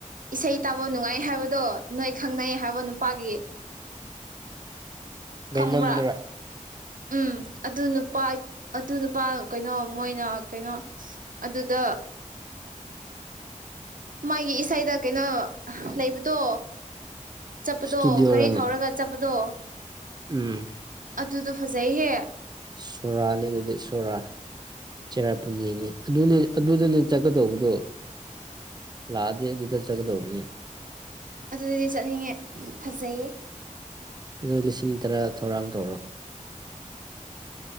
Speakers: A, on the right; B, on the right.
A: ꯏꯁꯩ ꯇꯥꯕ ꯅꯨꯡꯉꯥꯏ ꯍꯥꯏꯕꯗꯣ ꯅꯣꯏ ꯈꯪꯅꯩ ꯍꯥꯏꯕ ꯅꯨ ꯄꯥꯒꯤ
B: ꯂꯩꯩ
A: ꯈꯪꯕ꯭ꯔꯥ
B: ꯅꯝꯗꯨꯔꯥ
A: ꯎꯝ ꯑꯗꯨ ꯅꯨꯄꯥ ꯑꯗꯨ ꯅꯨꯄꯥ ꯀꯩꯅꯣ ꯃꯣꯏꯅ ꯀꯩꯅꯣ ꯑꯗꯨꯗ ꯃꯥꯒꯤ ꯏꯁꯩꯗ ꯀꯩꯅꯣ ꯂꯩꯕꯗꯣ ꯆꯠꯄꯗꯣ
B: ꯏꯁꯇꯨꯗꯤꯑꯣꯔꯅꯦ
A: ꯒꯥꯔꯤ ꯊꯧꯔꯒ ꯆꯠꯄꯗꯣ
B: ꯎꯝ
A: ꯑꯗꯨꯗꯣ ꯐꯖꯩꯍꯦ
B: ꯁꯣꯔꯥꯅꯤ ꯑꯗꯨꯗꯤ ꯁꯣꯔꯥ ꯆꯦꯔꯥꯄꯨꯟꯖꯤꯅꯤ ꯑꯗꯨꯅꯦ ꯑꯗꯨꯗꯅꯦ ꯆꯠꯀꯗꯧꯕꯗꯣ ꯂꯥꯛꯑꯗꯤ ꯑꯗꯨꯗ ꯆꯠꯀꯗꯧꯕꯅꯤ
A: ꯑꯗꯨꯗꯗꯤ ꯆꯠꯅꯤꯡꯉꯦ ꯐꯖꯩꯌꯦ
B: ꯑꯗꯨ ꯂꯤꯁꯤꯡ ꯇꯔꯥ ꯊꯧꯔꯥꯡ ꯇꯧꯔꯣ